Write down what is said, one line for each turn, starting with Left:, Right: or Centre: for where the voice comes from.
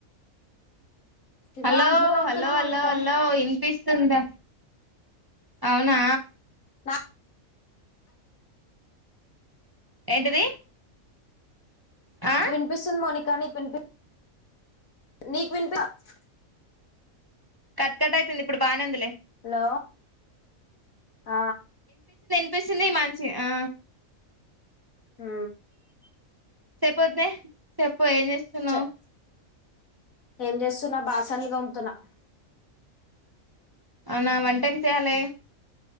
Left: ఇగో
Right: హలో
Left: అంట్లు తోముతున్నా
Right: హలో
Left: మోనిక
Right: హలో హలో ఇన్ పీస్ త్తుందా అవునా
Left: నాకు
Right: ఏంటిది ఆ
Left: వినిపిస్తుంది మౌనికా నీక్ విని నీకు విన్ పిస్
Right: కట్ కట్ అయితుంది ఇప్పుడు బాగానే ఉందిలే
Left: హలో ఆ
Right: స్పెషల్లీ మంచి ఆ
Left: ఆ
Right: సెప్పొద్దే సెప్పు ఏం జేస్తున్నావ్
Left: చె- ఏం జెస్తున్నా బాసన్లు దోముతున్నా
Right: అవునా వుంటేం చేయాలె